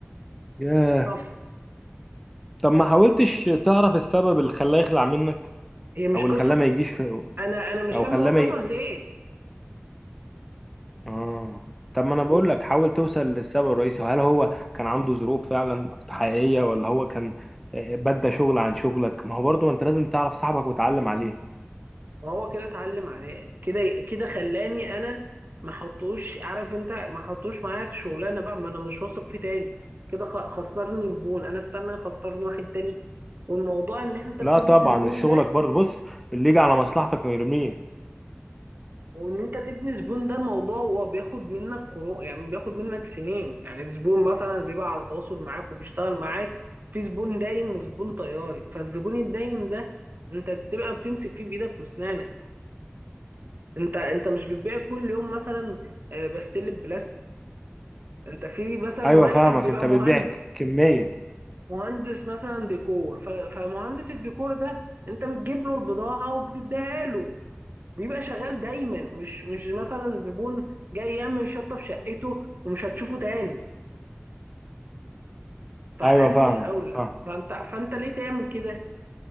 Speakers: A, in the centre; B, on the right (about 55°).
A: ياه
B: طب
A: طب ما حاولتش تعرف السبب اللي خلاه يخلع منك
B: هي مش
A: او اللي
B: قصه
A: خلاه ما يجيش في
B: انا انا مش
A: او
B: فاهم
A: خلاه
B: هو اتصل
A: ما ي...
B: ليه
A: اه طب ما انا بقول
B: هو
A: لك حاول توصل للسبب الرئيسي هل هو كان عنده ظروف فعلا حقيقية ولا هو كان آه، بدى شغل عن شغلك ما هو برضه انت لازم تعرف صاحبك وتعلم عليه
B: هو كده اتعلم عليه كده كده خلاني انا ما حطوش عارف انت ما حطوش معايا في شغلانه بقى ما انا مش واثق فيه تاني كده خ- خسرني زبون انا استنى يخسرني واحد تاني والموضوع ان انت
A: لا
B: بتبني
A: طبعا
B: زبون
A: شغلك
B: ده
A: برضه بص اللي يجي على مصلحتك يرميه
B: وان انت تبني زبون ده الموضوع هو بياخد منك قروء يعني بياخد منك سنين يعني زبون مثلا بيبقى على تواصل معاك وبيشتغل معاك في زبون دايم وزبون طياري فالزبون الدايم ده انت بتبقى بتمسك فيه بايدك واسنانك انت انت مش بتبيع كل يوم مثلا آه، بستله بلاستيك انت في مثلا
A: ايوه
B: واحد
A: فاهمك
B: بيبقى
A: انت
B: مهندس
A: بتبيع كمية
B: مهندس مثلا ديكور ف- فمهندس الديكور ده انت بتجيب له البضاعة وبتديها له بيبقى شغال دايما مش مش مثلا زبون جاي يعمل شطه في شقته ومش هتشوفه تاني فانه
A: ايوه فاهمك
B: الاولى
A: فاهم
B: فانت فانت ليه تعمل كده